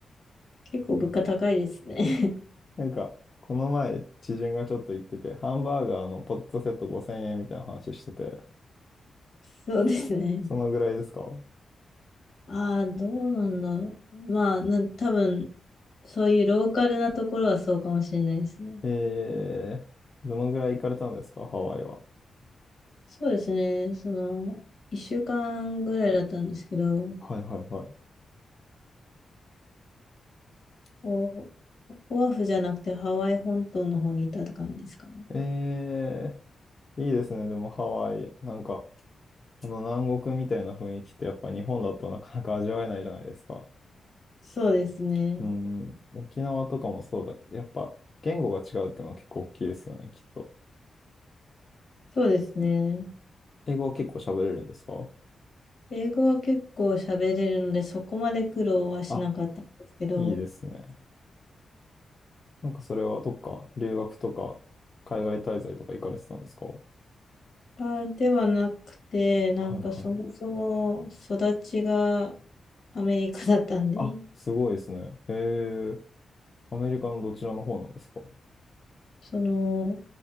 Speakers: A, on the left (about 70°); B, on the left (about 45°).
A: 結構物価高いですね。
B: なんか、この前、知人がちょっと言ってて、ハンバーガーのポテトセット5000円みたいな話してて、
A: <laughs> そうですね。
B: そのぐらいですか
A: ああ、どうなんだろう。まあ、な、多分、そういうローカルなところはそうかもしれないですね。
B: えー、どのぐらい行かれたんですかハワイは。
A: そうですね。その、一週間ぐらいだったんですけど、
B: はいはいはい。
A: お、オアフじゃなくてハワイ本島の方にいたって感じですかね。
B: えー、いいですね。でもハワイ、なんか、この南国みたいな雰囲気ってやっぱ日本だとなかなか味わえないじゃないですか。
A: そうですね。
B: うん、沖縄とかもそうだけど、やっぱ言語が違うってのは結構大きいですよね、きっと。
A: そうですね。
B: 英語は結構喋れるんですか
A: 英語は結構喋れるので、そこまで苦労はしなかったんですけど、
B: あ、いいですね。なんかそれはどっか留学とか海外滞在とか行かれてたんですか
A: あ、ではなくて、なんかそもそも育ちが
B: はいはい。
A: アメリカだったんで、
B: あ、すごいですね。へえ、アメリカのどちらの方なんですか
A: その、